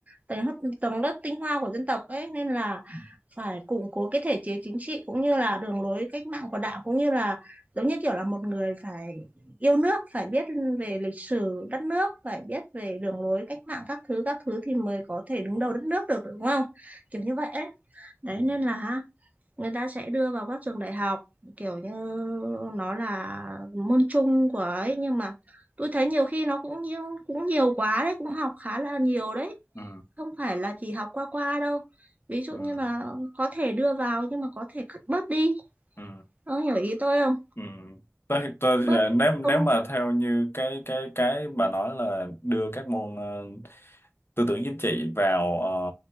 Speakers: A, on the right; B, on the left.
A: tầng lớp tầng lớp tinh hoa của dân tộc ấy nên là
B: Ừ.
A: phải củng cố cái thể chế chính trị cũng như là đường lối cách mạng của Đảng cũng như là giống như kiểu là một người phải yêu nước phải biết về lịch sử đất nước phải biết về đường lối cách mạng các thứ các thứ thì mới có thể đứng đầu đất nước được đúng không kiểu như vậy ấy đấy
B: Ừ.
A: nên là người ta sẽ đưa vào các trường đại học kiểu như nó là môn chung của ấy nhưng mà tôi thấy nhiều khi nó cũng nhiều, cũng nhiều quá đấy cũng học khá là nhiều đấy
B: Ừ.
A: không phải là chỉ học qua qua đâu ví dụ
B: Ừ. Ừ.
A: như là có thể đưa vào nhưng mà có thể cắt bớt đi
B: Ừ.
A: ông hiểu ý tôi không
B: Ừ. Tôi, tôi,
A: bớt
B: nếu nếu
A: không
B: mà theo như cái cái cái bà nói là đưa các môn ờ, tư tưởng chính trị vào ờ,